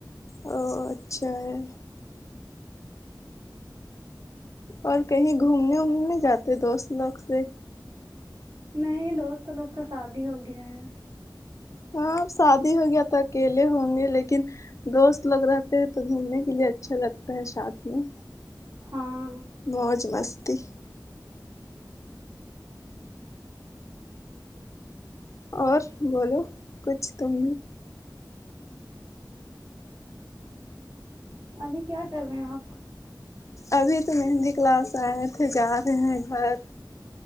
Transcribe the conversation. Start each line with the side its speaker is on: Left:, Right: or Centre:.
Left: او او اچھا ہے اور کہیں گھومنے وومنے نہیں جاتے دوست لوگ سے
Right: نہیں دوست لوگ کا شادی ہو گیا ہے
Left: ہاں اب شادی ہو گیا تو اکیلے ہوں گے لیکن دوست لوگ رہتے ہیں تو گھومنے کے لیے اچھا لگتا ہے ساتھ میں
Right: ہاں
Left: موج مستی اور بولو کچھ تم
Right: ابھی کیا کر رہے ہیں آپ
Left: ابھی تو مہندی کلاس آئے تھے پھر جا رہے ہیں گھر